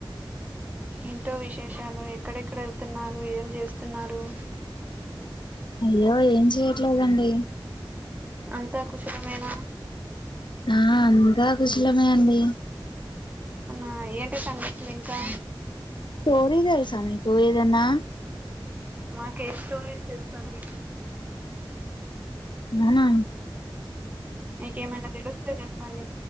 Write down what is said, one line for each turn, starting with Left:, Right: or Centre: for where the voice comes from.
Right: ఎంటో విశేషాలు ఎక్కడెక్కడ వెళ్తున్నారు ఏం చేస్తున్నారు
Left: అయ్యో ఏం చెయట్లేదండి
Right: అంతా కుశలమేన
Left: ఆ అంద కుశలమే అండి
Right: ఆ ఏంటి సంగతులు ఇంకా
Left: స్టోరీ తెలుసా నీకు ఏదన్నా
Right: మాక్ ఎ స్టోర్స్ తెలుసండి
Left: ననా
Right: మీకేమైనా తెలుస్తే చెప్పండి